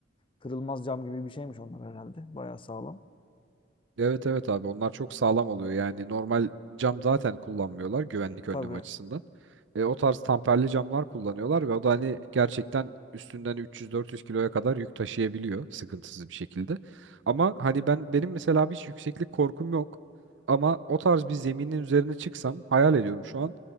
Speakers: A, on the left (about 25°); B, on the right (about 70°).
A: kırılmaz cam gibi bir şeymiş onlar herhalde baya sağlam
B: Evet evet abi onlar çok sağlam oluyor. Yani normal cam zaten kullanmıyorlar güvenlik
A: tabii
B: önlemi açısından. E, o tarz tamperli camlar kullanıyorlar ve o da hani gerçekten üstünden 300-400 kiloya kadar yük taşıyabiliyor sıkıntısız bir şekilde. Ama hani ben benim mesela abi hiç yükseklik korkum yok. Ama o tarz bir zeminin üzerine çıksam hayal ediyorum şu an